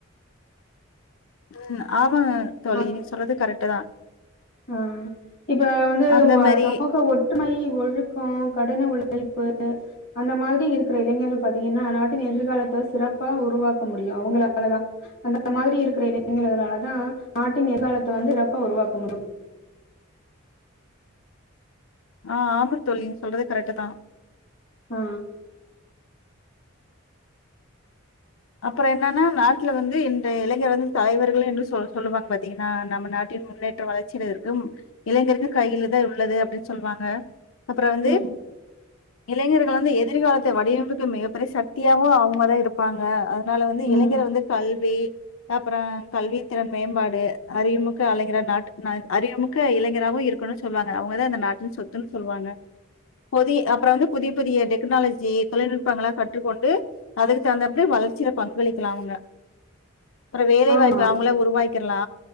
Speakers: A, on the left; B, on the left.
A: உம் ஆ ஆ தோழி
B: ஆ
A: நீங்க சொல்றது கரெக்ட்டு தா
B: ஆ இப்ப வந்து
A: அந்த மாதிரி
B: சமூக ஒற்றுமை ஒழுக்கோ கடின உழைப்பு அந்த மாதிரி இருக்கிற இளைஞர்கள் பாத்தீங்கன்னா நாட்டின் எதிர்காலத்த சிறப்பா உருவாக்க முடியு அவுங்களாலதா அந்த மாதிரி இருக்கிற இளைஞர்களாலதா நாட்டின் எதிர்காலத்த வந்து சிறப்பா உருவாக்க முடியு
A: ஆ ஆம தோழி நீங்க சொல்றது கரெக்ட்டு தா
B: ஆ
A: அப்ரோ என்னன்னா நாட்ல வந்து இன்றைய இளைஞர் வந்து தலைவர்களு என்று சொ சொல்லுவாங்க பாத்தீங்கன்னா நம்ம நாட்டின் முன்னேற்ற வளர்ச்சில இருக்கும் இளைஞருக்கு கையில தா உள்ளது அப்படின் சொல்வாங்க அப்ரோ வந்து
B: ம்,
A: இளைஞர்கள் வந்து எ எதிர்காலத்த வடிவமைக்கு மிகப்பெரிய சக்தியாகவு அவுங்க தா இருப்பாங்க ஆ அ அதனால வந்து
B: ம்.
A: இளைஞர் வந்து கல்வி அப்ரோ கல்வி திறன் மேம்பாடு அறிமுக்க அலைஞரா நாட்டு நா அறிமுக்க இளைஞராாகவும் இருக்கணும்னு சொல்லுவாங்க அவங்கதான் இந்த நாட்டின் சொத்துன்னு சொல்லுவாங்க புதி அப்புறம் வந்து புதிய புதிய டெக்னாலஜி தொழில்நுட்பங்களா கற்றுகொண்டு அதுக்கு தகுந்த வளர்ச்சில பங்களிக்கலா அவங்க அப்ரோ வேலைவாய்ப்பு
B: ஆமா.
A: அவுங்களே உருவாக்கிர்லா